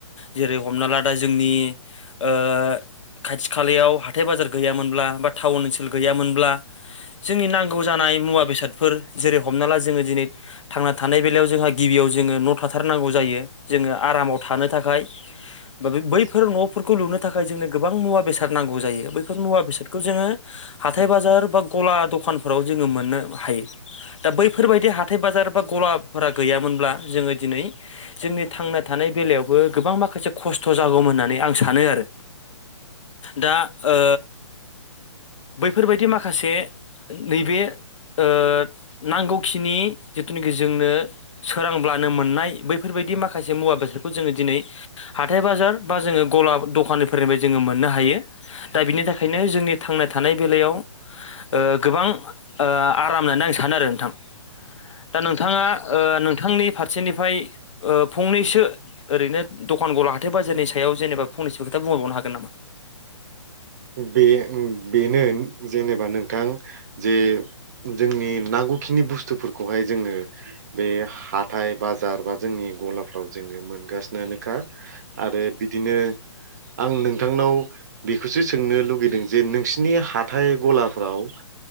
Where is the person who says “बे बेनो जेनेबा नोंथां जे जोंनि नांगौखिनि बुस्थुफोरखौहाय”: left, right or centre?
Right